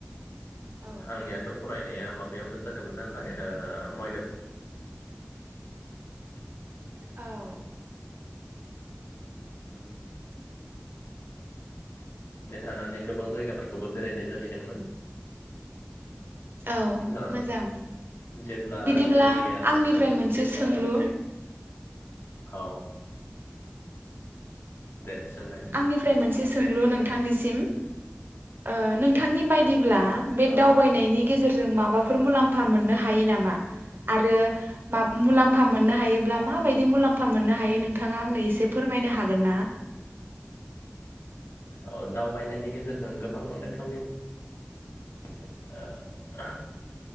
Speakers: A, on the right; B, on the left.
A: औ
B: आंनियाथ' फरायनाया माबा बेयावनो जादोंमोन नालाय ओ मयध
A: औ
B: उम
A: <unintelligible>
B: थानानै गोबां जायगाफोरखौबो बेरायनाय जाहैदोंमोन
A: औ
B: दा
A: मोजां
B: जेब्ला
A: बिदिब्ला
B: जोंनिया
A: आंनिफ्राय
B: ओ,
A: मोनसे सोंलु
B: औ दे सोंनाय
A: आंनिफ्राय मोनसे सोंलु नोंथांनिसिम ओ नोंथांनि बायदि बे
B: औ
A: दावबायनायनि गेजेर माबाफोर मुलाम्फा मोननो हायो नामा आरो मुलाम्फा मोननो हायोब्ला माबायदि मुलाम्फा मोननो हायो नोंथाङा आंनो एसे फोरमायनो हागोन ना
B: औ दावबायनायनि गेजेरजों गोबां रोखोमनि <unintelligible> ओह